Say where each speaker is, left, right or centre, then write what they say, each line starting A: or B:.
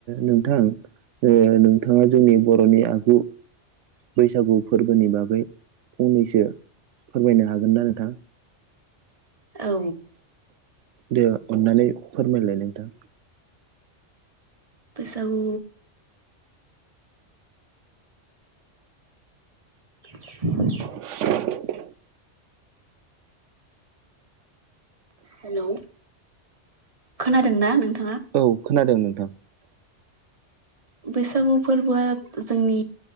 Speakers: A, on the right; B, on the right.
A: नोंथां नोंथाङा जोंनि बर'नि आगु बैसागु फोरबोनि बागै फंनैसो फोरमायनो हागोन ना नोंथां?
B: औ।
A: दे अननानै फोरमायलाय नोंथां।
B: बैसागु <inaudible>
A: <inaudible>
B: हेलौ, खोनादोंना नों?
A: औ खोनादों नोंथां।
B: बैसागु फोरबोआ जोंनि